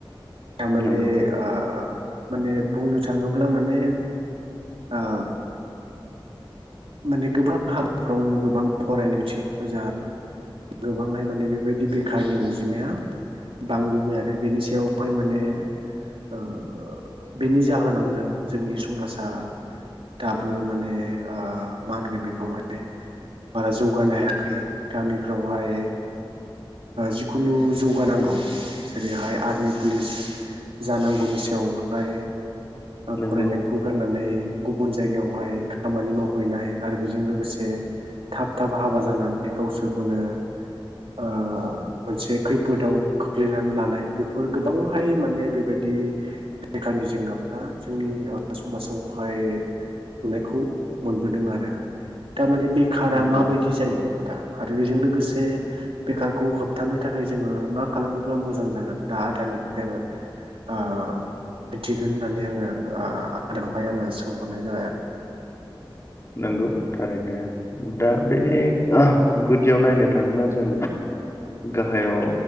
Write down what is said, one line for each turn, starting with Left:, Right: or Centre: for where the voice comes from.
Right: दा माने
Left: नंगौ
Right: आ माने बुंनो थाङोब्ला माने ओ माने गोबां हाबाफ्रावनो गोबां फरायनाय बिथिङाव जा गोबांहाय माने बेबायदि बेखारनि अनजिमाया बांबोबाय आरो बेनि सायावहाय माने ओ बेनि जाहोनावनो जोंनि समाजा दाबो माने ओ मा होनगोन बेखौहाय बारा जौगानो हायाखै गामिफ्रावहाय जिखुनु जौगानांगौ जेरैहाय आर्मि पुलिस जानांगौनि सायावहाय
Left: नंगौ
Right: फरायनायखौ गारनानै गुबुन जायगायावहाय खामानि माव हैनाय आरो बेजों लोगोसे थाब थाब हाबा जानानै गावसोरखौनो ओ मोनसे खैफोदाव खोख्लैनानै लानाय बेफोर गोबांहाय माने बेबायदि बे बेखारनि जेंनाफ्रा जोंनि समाजावहाय नुनायखौ मोनबोदों आरो तारमाने बेखारा
Left: नंगौ
Right: माबायदि जायो आदा आरो बेजों लोगोसे बेखारखौ होबथानो थाखाय जोङो मा खालामोब्ला मोजां जागोन दा आदानि निफ्राय आङो आ मिथिगोन होननानै आङो आ आदावहाय आङो सोंहरनाय जाबाय आरो। <unintelligible> <inaudible>
Left: नंगौ थारैनो दा बेनि गुदियाव नायनो थाङोब्ला जों गाहायाव